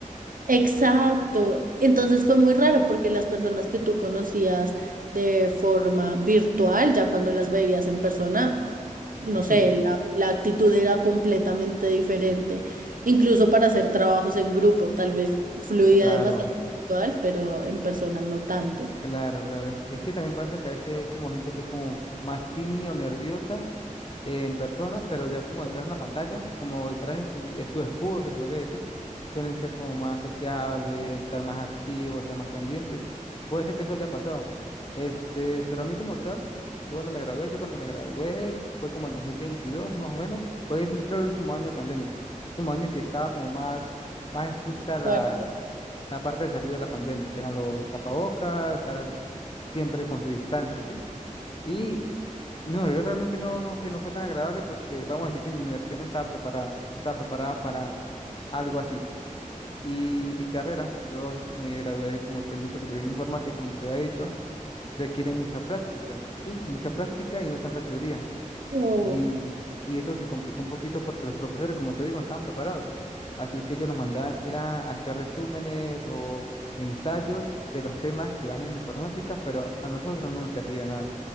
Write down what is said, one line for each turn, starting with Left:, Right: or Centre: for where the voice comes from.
Right: Exacto. Entonces fue muy raro porque las personas que tú conocías de forma virtual, ya cuando las veías en persona, no
Left: <laughs>
Right: sé, la, la actitud era completamente diferente, incluso para hacer trabajos en grupo, tal vez fluía
Left: Claro,
Right: demasiado virtual, pero en persona no tanto.
Left: claro, claro. Es es que también pasa que a veces hay como gente que es como más tímida o nerviosa en persona, pero ya como detrás de una pantalla, como detrás de su, de su escudo, se podría decir, suelen ser como más sociables, estar más activos, estar más pendientes. Puede ser que eso haya pasado. Este, pero a mí como tal, yo cuando me gradué, yo cuando me gradué, fue como el 2022 más o menos, fue el, creo el último año de pandemia, el último año en que estaba como más, más estricta las,
Right: Fuerte.
Left: la parte de salud de la pandemia, que eran los tapabocas, estar siempre con su distancia, ¿sí? Y no, yo realmente no, no sé, no fue tan agradable porque vamos a decir que mi universidad no estaba preparada, no estaba preparada para algo así. Y mi carrera, yo me gradué como técnico superior en informática, como te había dicho, requiere mucha práctica, ¿sí? Mucha práctica y no tanta teoría.
Right: Oh.
Left: Y, y eso se complicó un poquito porque los profesores, como te digo, no estaban preparados. Así que ellos nos mandaban, era hacer resúmenes o ensayos de los temas que van en informática, pero a nosotros no nos servía nada